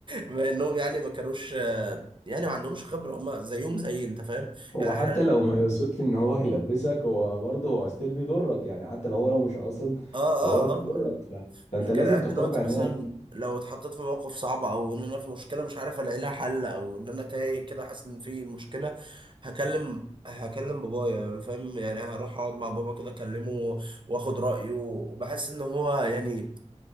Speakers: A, on the right (about 40°); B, on the left (about 70°).
A: بما انهم يعني ما كانوش يعني ما عندهمش خبرة هم زيهم زي انت فاهم
B: هو
A: يعني
B: حتى
A: أنا-
B: لو ما يقصدش ان هو <laughs> يلبسك هو برضه هو ستيل بيضرك يعني حتى لو هو لو مش قاصد
A: اه اه
B: فهو بيضرك
A: اه آه.
B: ف... فانت
A: لكن
B: لازم
A: انا دلوقتي
B: تختار بعناية
A: مثلا لو اتحطيت في موقف صعب او ان انا في مشكلة مش عارف الاقي لها حل او ان انا تايه كده حاسس ان في مشكلة هكلم هكلم بابايا يعني فاهم يعني هروح اقعد مع بابا كده اكلمه واخد رأيه وبحس ان هو يعني